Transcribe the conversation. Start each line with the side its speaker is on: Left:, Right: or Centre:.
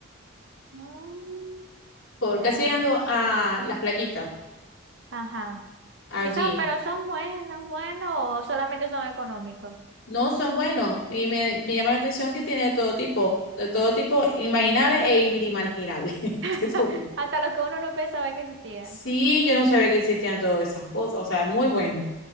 Right: Mm,
Left: por
Right: ya,
Left: casi llegando a las playitas
Right: Ajá.
Left: allí.
Right: Y son, pero son buenos, buenos, o solamente son económicos.
Left: No son buenos y me, me llama la atención que tiene de todo tipo, de todo tipo, imaginable e inimaginable. <laughs>
Right: <laughs>
Left: De todo tipo. <laughs>
Right: Hasta los que uno no pensaba que existían.
Left: Sí, yo no sabía que existían todas esas cosas, o sea, es muy bueno.